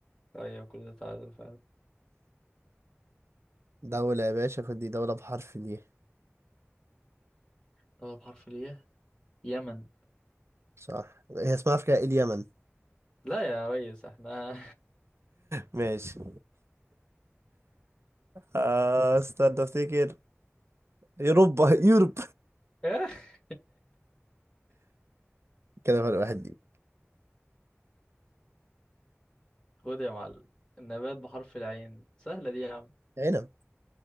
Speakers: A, on the left (about 15°); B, on the right (about 65°).
A: ايوه كل ده تعادل فعلا
B: دولة يا باشا خد دي دولة بحرف ال
A: طب بحرف الياء يمن
B: صح هي اسمها افريقيا ايه اليمن
A: لا يا ريس احنا
B: ماشي آه استنى افتكر يوروبا <laughs> يوروب
A: <laughs> اخ
B: كده فرق واحد دي
A: <laughs> خد يا معلم النبات بحرف العين سهلة دي يا عم
B: عنب